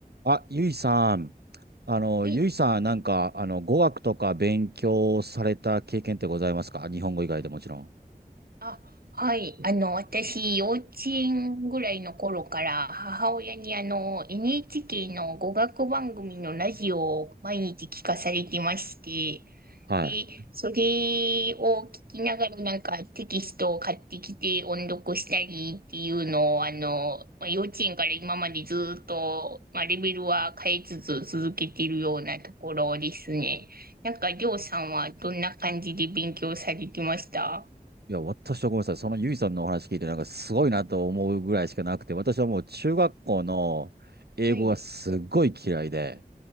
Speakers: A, on the right (about 85°); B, on the right (about 70°).
A: あ、ゆいさん。あの、
B: はい。
A: ゆいさん、なんか、あの、語学とか勉強された経験ってございますか日本語以外でもちろん。
B: あ、はい。あの、私、幼稚園ぐらいの頃から、母親にあの、NHK の語学番組のラジオを毎日聞かされてまして、
A: はい。
B: で、それを聞きながらなんかテキストを買ってきて音読したりっていうのを、あの、まあ幼稚園から今までずっと、まあ、レベルは変えつつ続けてるようなところですね。なんか、りょうさんはどんな感じで勉強されてました
A: いや、私はごめんなさい。そのゆいさんのお話聞いて、なんかすごいなと思うぐらいしかなくて、私はもう中学校の英語がすっごい嫌いで、
B: はい、